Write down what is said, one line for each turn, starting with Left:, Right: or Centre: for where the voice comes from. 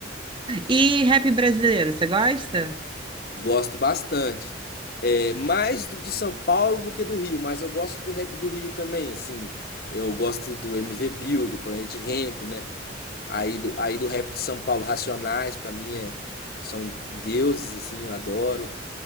Right: E rap brasileiro, você gosta?
Left: Gosto bastante. É, mais do de São Paulo do que do Rio, mas eu gosto do rap do Rio também, assim. Eu gosto do MV Bill, do Planet Hemp, né? Aí do, aí do rap de São Paulo, Racionais, pra mim é, são deuses, assim, eu adoro.